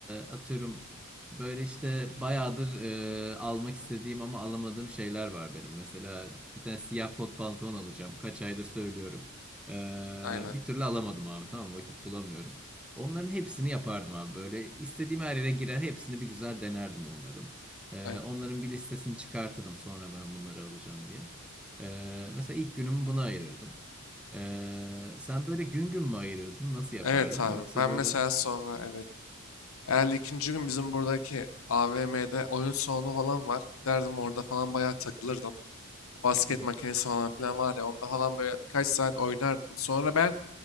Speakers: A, in the centre; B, on the left.
A: atıyorum böyle işte bayağıdır e, almak istediğim ama alamadığım şeyler var benim. Mesela bir tane siyah kot pantolon alacağım. Kaç aydır söylüyorum. E,
B: Aynen
A: bir türlü alamadım abi tamam vakit bulamıyorum. Onların hepsini yapardım abi böyle istediğim her yere girer hepsini bir güzel denerdim onların. Ee,
B: aynen.
A: onların bir listesini çıkartırdım sonra ben bunları alacağım diye. Ee, mesela ilk günümü buna ayırırdım. Ee, sen böyle gün gün mü ayırırdın? Nasıl yapardın?
B: Evet abi
A: Yoksa
B: ben
A: böyle...
B: mesela sonra evet. Herhalde ikinci gün bizim buradaki AVM'de oyun salonu falan var. Giderdim orada falan bayağı takılırdım. basket
A: Hı hı.
B: makinesi falan filan var ya onda falan böyle birkaç saat oynardım. Sonra ben